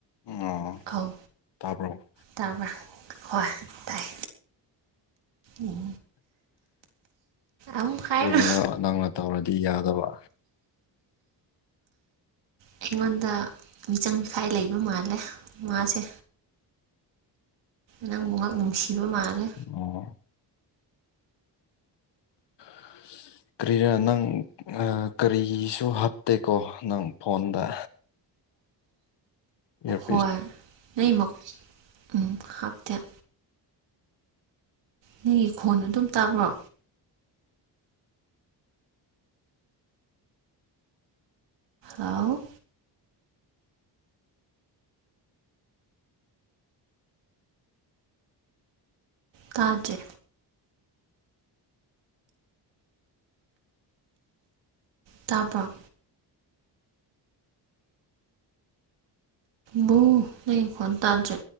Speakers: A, on the left; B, on the right.
A: ꯑꯣ
B: ꯑꯧ
A: ꯇꯥꯕ꯭ꯔꯣ
B: ꯇꯥꯕ꯭ꯔꯥ ꯍꯣꯏ ꯇꯥꯏ ꯎꯝ ꯑꯃꯨꯛ ꯍꯥꯏꯔꯣ
A: ꯀꯩꯒꯤꯅꯣ ꯅꯪꯅ ꯇꯧꯔꯗꯤ ꯌꯥꯗꯕ
B: ꯑꯩꯉꯣꯟꯗ ꯃꯤꯆꯪ ꯃꯤꯈꯥꯏ ꯂꯩꯕ ꯃꯥꯜꯂꯦ ꯃꯥꯁꯦ ꯅꯪ ꯃꯨꯉꯛ ꯅꯨꯡꯁꯤꯕ ꯃꯥꯂꯦ
A: ꯑꯣ <inaudible> ꯀꯔꯤꯔ ꯅꯪ ꯀꯔꯤꯁꯨ ꯍꯥꯞꯇꯦꯀꯣ ꯅꯪ ꯐꯣꯟꯗ ꯏꯌꯥꯔꯄꯤꯁ
B: ꯍꯣꯏ ꯂꯩꯃꯛ ꯎꯝ ꯍꯥꯞꯇꯦ ꯅꯪꯒꯤ ꯈꯣꯟ ꯑꯗꯨꯝ ꯇꯥꯕ꯭ꯔꯣ? ꯍꯥꯂꯧ ꯇꯥꯗ꯭ꯔꯦ ꯇꯥꯕ꯭ꯔꯣ? ꯕꯨ ꯅꯪꯒꯤ ꯈꯣꯟ ꯇꯥꯗ꯭ꯔꯦ